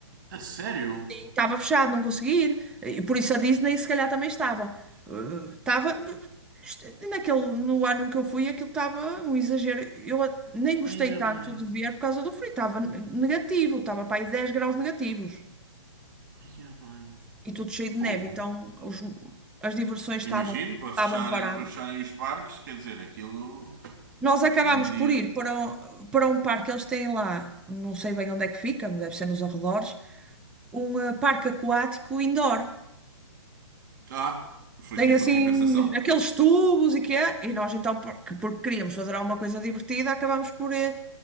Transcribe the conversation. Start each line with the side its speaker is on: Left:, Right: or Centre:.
Right: A sério?
Centre: E Estava fechado, não consegui ir. E por isso a Disney se calhar também estava. Eh, Estava. est- Naquele, no ano em que eu fui, aquilo estava um exagero. Eu a- nem gostei
Right: Aí é
Centre: tanto
Right: bem.
Centre: de ver por causa do frio. Estava ne- negativo, estava para aí 10 graus negativos.
Right: Aí é bem.
Centre: E tudo cheio
Right: Fogo.
Centre: de neve. Então os- as diversões
Right: Imagino,
Centre: estavam,
Right: para
Centre: estavam
Right: fecharem,
Centre: paradas.
Right: para fecharem os parques, quer dizer, aquilo.
Centre: Nós acabámos
Right: Um dia.
Centre: por ir para, um- para um parque, eles têm lá, não sei bem onde é que fica, mas deve ser nos arredores, um eh, parque aquático indoor.
Right: Ah, foi
Centre: Tem
Right: tipo
Centre: assim
Right: a compensação.
Centre: aqueles tubos e que é, e nós então, porque, porque queríamos fazer alguma coisa divertida, acabámos por eh,